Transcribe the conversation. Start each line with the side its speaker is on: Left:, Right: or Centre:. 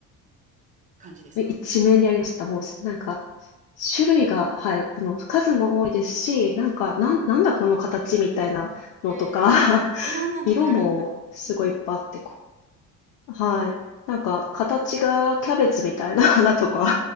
Right: 感じですか？
Left: 一面にありました。もう、なんか、種類が、はい、あの、数も多いですし、なんか、なん、なんだこの形みたいなのとか
Right: へえ。
Left: <laughs>
Right: いろんなのがあるんだ。
Left: 色もすごいいっぱいあって、
Right: うん。
Left: こはい。なんか形がキャベツみたいな <laughs> 花とか、